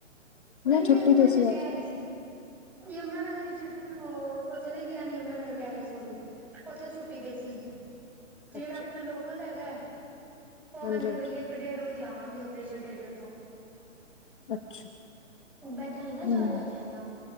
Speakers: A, in the centre; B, on the left.
A: ਨਹੀਂ
B: ਨਾ ਛੁੱਟੀ
A: ਇੱਕ ਵਜੇ
B: ਤੇ
A: ਕਹਿ
B: ਅੱਜ
A: ਰਹੀ ਸੀ ਯਮੁਨਾਨਗਰ ਉੱਥੇ ਦੇ ਕਦੀ ਨਗਰ ਕਹਿ ਰਹੀ ਸੋਰੀ ਉੱਥੇ ਛੁੱਟੀ ਦੇ ਸੀ ਜਿਹੜਾ
B: ਅੱਛਾ
A: ਆਪਣਾ ਲੋਕਲ ਹੈਗਾ ਹੈ। ਉਹ
B: ਹਾਂਜੀ
A: ਕਹਿੰਦੇ
B: ਹਾਂਜੀ
A: ਬਈਏ ਇੱਕ ਡੇਢ ਵਜੇ ਆ। ਕੱਢਾਗੇ ਔਪ੍ਰੈਸ਼ਨ ਥੀਏਟਰ ਤੋਂ
B: <unintelligible>
A: ਬੈਠਾ ਨੀ
B: ਹਮ
A: ਨਾ ਜਾ ਰਿਹਾ ਜੇ ਇੰਨਾ